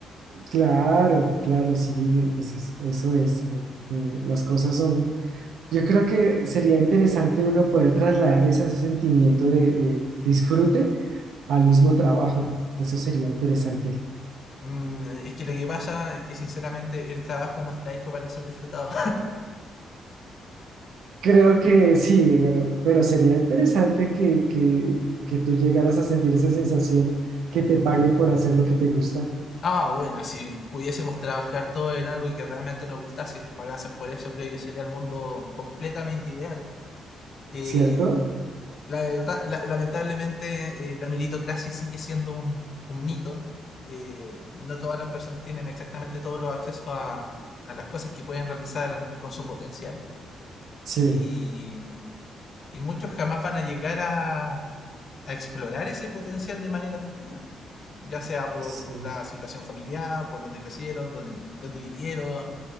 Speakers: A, on the right (about 75°); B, on the left (about 50°).
A: claro, claro, sí, pues es- eso es. eh, las cosas son, yo creo que sería interesante uno poder trasladar ese sentimiento de de disfrute al mismo trabajo. Eso sería interesante.
B: Mm, es que lo que pasa es que sinceramente el trabajo no está hecho para ser disfrutado.
A: Creo que sí, pero, pero sería interesante que, que, que tú llegaras a sentir esa sensación que te paguen por hacer lo que te gusta,
B: Ah, bueno, si pudiésemos trabajar todo en algo que realmente nos gustase y nos pagasen por eso, creo que sería el mundo completamente ideal. Eh,
A: ¿cierto?
B: la verdad, la- lamentablemente, eh, la meritocracia sigue siendo un, un mito. Eh, no todas las personas tienen exactamente todos los accesos a, a las cosas que pueden realizar con su potencial.
A: Sí,
B: Y, y muchos jamás van a llegar a, a explorar ese potencial de manera efectiva ya sea por
A: sí,
B: la situación familiar, por dónde crecieron, dónde, dónde vivieron,